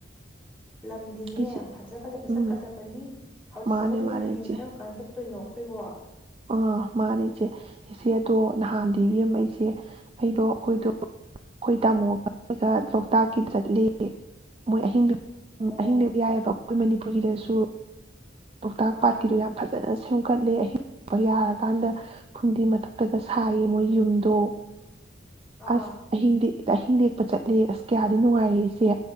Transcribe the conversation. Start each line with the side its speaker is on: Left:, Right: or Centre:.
Centre: ꯂꯝꯗꯤꯅꯦ
Right: ꯏꯆꯦ
Centre: ꯐꯖ ꯐꯖꯕ
Right: ꯎꯝ
Centre: ꯆꯠꯀꯗꯕꯅꯤ ꯍꯧꯖꯤꯛ
Right: ꯃꯥꯅꯦ
Centre: ꯆꯠꯍꯧꯗꯅ
Right: ꯃꯥꯅꯦ
Centre: ꯍꯌꯦꯡ
Right: ꯏꯆꯦ
Centre: ꯀꯔꯝ ꯀꯥꯟꯗ ꯆꯠꯇꯣꯏꯅꯣ ꯑꯩꯈꯣꯏꯕꯣ
Right: ꯑꯥ ꯃꯥꯅꯦ ꯏꯆꯦ ꯏꯆꯦ ꯑꯗꯣ ꯅꯍꯥꯟꯗꯤ ꯏꯕꯦꯝꯃ ꯏꯆꯦ ꯑꯩꯗꯣ ꯑꯩꯈꯣꯏꯗꯣ ꯑꯈꯣꯏ ꯇꯥꯃꯣꯒ ꯂꯣꯛꯇꯥꯛꯀꯤꯗ ꯂꯦꯛꯑꯦ ꯃꯣꯏ ꯑꯍꯤꯡꯒ ꯎꯝ
Centre: ꯑꯣ
Right: ꯑꯍꯤꯡ ꯂꯦꯛ ꯌꯥꯏꯌꯦꯕ ꯑꯩꯈꯣꯏ ꯃꯅꯤꯄꯨꯔꯒꯤꯗꯁꯨ ꯂꯣꯛꯇꯥꯛ
Centre: ꯑꯥ
Right: ꯄꯥꯠꯀꯤꯗꯣ ꯌꯥꯝ ꯐꯖꯅ ꯁꯦꯝꯀꯠꯂꯦ ꯑꯍꯤꯡ ꯌꯥꯔꯀꯥꯟꯗ ꯐꯨꯝꯗꯤ ꯃꯊꯛꯇꯒ ꯁꯥꯏꯌꯦ ꯃꯣꯏꯒꯤ ꯌꯨꯝꯗꯣ꯫
Centre: ꯑꯥ
Right: ꯑꯁ ꯑꯍꯤꯡꯗꯤ ꯑꯍꯤꯡ ꯂꯦꯛ ꯆꯠꯂꯤ ꯑꯁ ꯀꯌꯥꯗꯤ ꯅꯨꯡꯉꯥꯏꯔꯦ ꯏꯆꯦ